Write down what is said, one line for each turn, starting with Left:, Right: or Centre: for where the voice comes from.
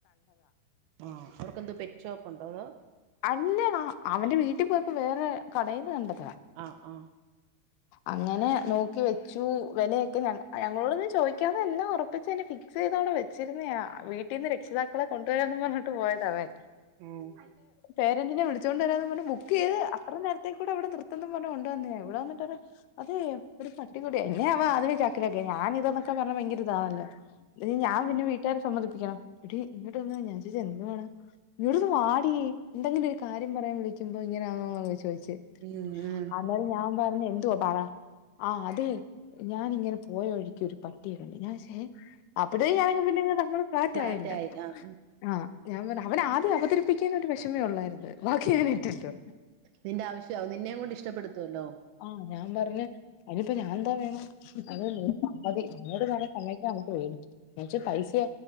Right: ആ അവർക്കെന്തോ പെറ്റ് ഷോപ്പുണ്ടോ അതോ
Left: അല്ല അവന്റെ വീട്ടിൽ പോയപ്പോ വേറെ കടയുന്നുണ്ട്
Right: ആഹ് ആഹ്
Left: അങ്ങനെ നോക്കി വെച്ചു വെലയൊക്കെ ഞ ഞങ്ങളോട് ഒന്ന് ചോദിക്കാതെ എല്ലാം ഉറപ്പച്ച് തന്നെ ചെയ്തോടെ വെച്ചിരൂന്നാ വീട്ടീന്ന് രക്ഷിതാക്കളെ കൊണ്ട് ദേ പറഞ്ഞിട്ട് പോയതാേ
Right: ഉം
Left: പേരന്റിനെ വിളിച്ചോണ്ട് വരാന്ന് പറഞ്ഞ് ബുക്ക് ചെയ്ത് അത്ര നേരത്തേക്കൂടെ ഇവിടെ നിർത്തേണം പറഞ്ഞ് കൊണ്ട് വന്നതാ ഇവിടെ വന്നിട്ട് അതേ ഒരു പട്ടി കൂടി എന്നെ അവ അതിന ചാ ല്ലെടി ഞാനിതൊക്കെ പറഞ്ഞാ ഭയങ്ക ഇതാവല്ലോ ഇ ഞാൻ പിന്നെ വീട്ടുകർ
Right: ഓ
Left: സമ്മതിപ്പിക്കണം ഇടി ഇങ്ങോട്ടൊന്ന് ഞാൻ ചോയ്ച്ചു എന്തുവാടാ ഇങ്ങോട്ട് ഒന്ന് വാടി എന്തെങ്കിലും ഒരു കാര്യം പറയാൻ വിളിക്കുപ്പോൾ ഇങ്ങനെ ആെ ചോദിച്ചു
Right: ഉം ഉം
Left: എന്നായാലും ഞാൻ പറഞ്ഞ എന്തുവാ പറ ആഹ് അതെ ഞാനിങ്ങനെ പോയ വഴിക്ക് ഒരു പട്ടിയെക്കണ്ട് ഞാൻ ശേ അപ്പട് ഞായങ്ങ് പിന്നങ്ങട് ഫ്ലാറ്റായല്ലാ
Right: ഫ്ലാറ്റായി ആഹ്
Left: ആഹ് ഞാൻ പറ അവന് ആദ്യം അവതരിപ്പിക്കാൻ ഒരു വെഷ് ന്നെ ഒള്ളാര്ന്ന് ബാക്കി ഞാഞാനേറ്റല്ലോ
Right: നിന്റെ ആവശ്യാവും നിന്നെയും കൊണ്ട് ഇഷ്ടപ്പെടുത്തുവല്ലോ
Left: ആഹ് ഞാൻ പറഞ്ഞഞ് അതിനിപ്പ ഞാനെന്താ വേണം <unintelligible> സമ്മതി അമ്മേട് പറഞ് സമ്മയ്ച്ച അങ്ങട് വരും ച്ച് പൈസയാ